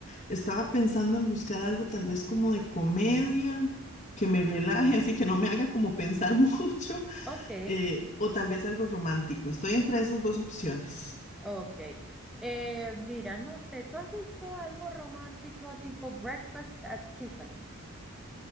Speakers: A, on the left; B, in the centre.
A: estaba pensando en buscar algo tal vez como de comedia, que me relaje, <laughs> así que no me haga como pensar <laughs> mucho,
B: Ok.
A: eh, o tal vez algo romántico. Estoy entre esas dos opciones.
B: Ok. Eh, mira, no sé, ¿tú has visto algo romántico tipo Breakfast at Tiffany's?